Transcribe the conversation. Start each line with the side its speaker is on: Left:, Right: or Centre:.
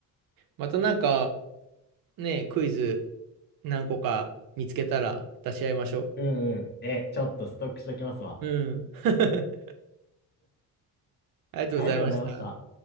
Right: またなんか、ね、クイズ何個か見つけたら出し合いましょ
Left: うんうん。え、ちょっとストックしときますわ。
Right: う。うん。<laughs> ありがとうございました。
Left: ありがとうございました。